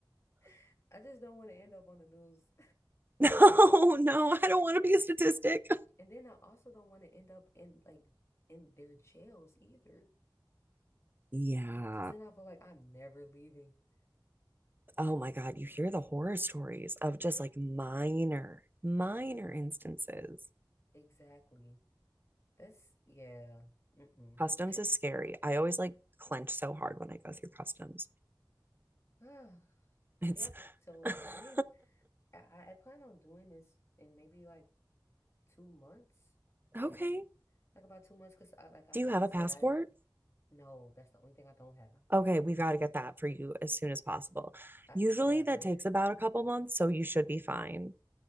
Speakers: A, on the left; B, on the right.
A: <laughs> I just don't want to end up on the news
B: No, no, I don't want to be a statistic.
A: And then I also don't want to end up in like in their jails either.
B: Yeah.
A: Because then I feel like I'm never leaving. <laughs>
B: Oh my God. You hear the horror stories of just like minor, minor instances.
A: Exactly. That's yeah. Mm-mm.
B: Customs
A: <sighs>
B: is scary. I always like clench so hard when I go through customs.
A: Ah,
B: It's
A: Yep. So
B: <laughs>
A: I mean, I, I I plan on doing this in maybe like two months, maybe
B: okay.
A: like about two months. Cause I like I
B: Do
A: like
B: you have
A: I
B: a
A: said,
B: passport?
A: I no, that's the only thing I don't have.
B: Okay, we've got to get that for you as soon as possible.
A: I,
B: Usually
A: so I've
B: that
A: heard.
B: takes about a couple months, so you should be fine.